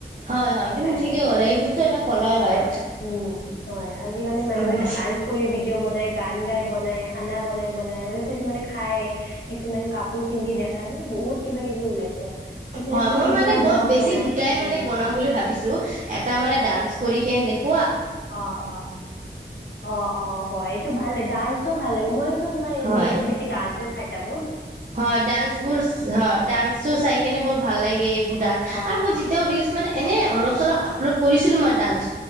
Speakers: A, on the right; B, on the left.
A: হয় হয়
B: সেইকাৰণে
A: তুমি ঠিকে ক'লা এইবোৰতো এটা কলাই হয়
B: উম, হয় আজিকালি মানুহে
A: হয়
B: ডান্স কৰি ভিডিঅ' বনাই গান গাই <unintelligible> বনাই খানা বনাই বনাই মানে কিছুমানে খাই কিছুমানে কাপোৰ পিন্ধি দেখায় মানে বহুত কিবা কিবি ওলাইছে কিছুমানে
A: হয়
B: ফুৰি
A: মই মানে
B: কিনা
A: বৰ
B: ব্লগ
A: বেছি
B: বনাই
A: দুটাই মানে
B: উম
A: বনাম বুলি ভাবিছোঁ এটা
B: আচ্ছা
A: মানে দ <inaudible>
B: অ', অ', অ', অ', হয় এইটো ভাল লে ডান্সো ভাল লাগে মই তোমাৰ এই
A: হয়
B: ৰিলছত বেছি ডাইচ চাই থাক
A: হয় ডান্স বোৰ হয় ডান্সো চাই কেনে বৰ ভাল লাগে
B: অ
A: আৰু মই যেতিয়াও ৰিলচ মানে এনে অলপ চলপ আপলোড কৰিছিলো মই ডান্স